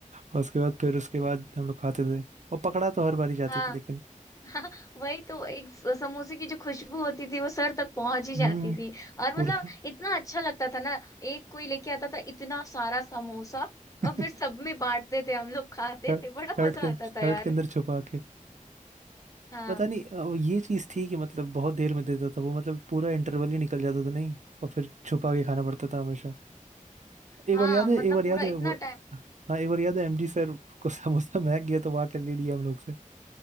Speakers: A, on the right; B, on the left.
A: और उसके बाद फिर उसके बाद हम लोग खाते थे और पकड़ा तो हर बारी जाते
B: हाँ
A: थे लेकिन
B: <laughs> हाँ वही तो एक स- समोसे की जो खुशबू होती थी वो सर तक पहुंच ही जाती
A: हम्म
B: थी और
A: पूरा
B: मतलब इतना अच्छा लगता था ना एक कोई लेके आता था इतना सारा समोसा
A: <laughs>
B: और फिर सब में बांटते थे हम लोग खाते
A: शर्ट
B: थे बड़ा मजा
A: के
B: आता
A: शर्ट
B: था यार
A: के अंदर छुपा
B: हाँ
A: पता नहीं अ, वो ये चीज थी कि मतलब बहुत देर में देता था वो मतलब पूरा इंटरवल ही निकल जाता था नहीं और फिर छुपा के खाना पड़ता था हमेशा एक
B: हाँ
A: बार याद
B: मतलब
A: है एक बार याद
B: पूरा इतना
A: है वो
B: टाइम
A: हाँ एक बार याद है एमजी सर को समोसा महक गया तो वहां के ले लिया हम लोग से